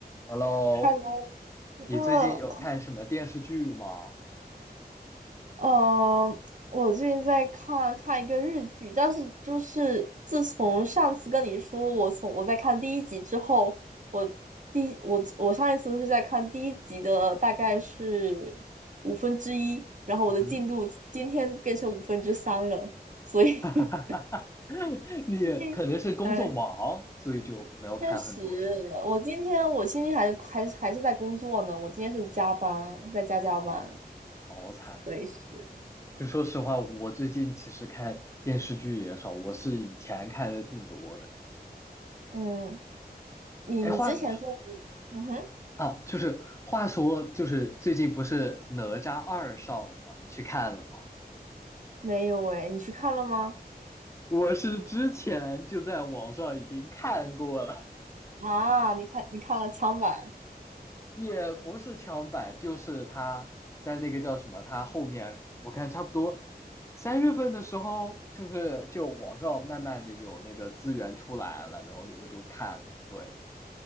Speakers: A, on the left; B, on the right.
A: Hello，
B: 哈喽，
A: 你最近有看什么电视剧吗？
B: o 呃，我最近在看看一个日剧，但是就是自从上次跟你说我从我在看第一集之后，我第我我上一次是在看第一集的大概是五分之一，然后我的进度今天变成五分之三了，
A: 嗯
B: 所以 <laughs>
A: 哼，<laughs> 你可能是工作忙，
B: 最近哎，
A: 所以就没有看很多，
B: 确实，
A: 是吗？
B: 我今天我今天还还还是在工作呢，我今天是加班，在加加班，
A: 哦，好惨。
B: 所以是
A: 就说实话，我最近其实看电视剧也少，我是以前看的挺多的。
B: 嗯。你之前说你嗯哼，
A: 哎，话啊，就是话说，就是最近不是《哪吒二》上了吗？你去看了吗？
B: 没有诶，你去看了吗？
A: 我是之前就在网上已经看过了。
B: 啊，你看你看了枪版
A: 也不是枪版，就是他在那个叫什么，他后面我看差不多三月份的时候，就是就网上慢慢的有那个资源出来了，然后我就看，对，